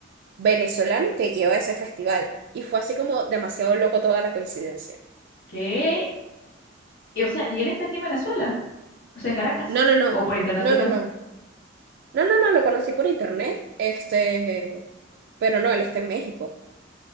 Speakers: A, on the right; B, on the left.
A: venezolano que lleva ese festival. Y fue así como demasiado loco toda la coincidencia.
B: ¿Qué? Y, o sea, ¿y él está aquí en Venezuela? O sea, en Caracas.
A: No, no, no,
B: ¿O por internet
A: no,
B: lo
A: no,
B: conoces?
A: no, no, no, no, lo conocí por internet, este, pero no, él está en México.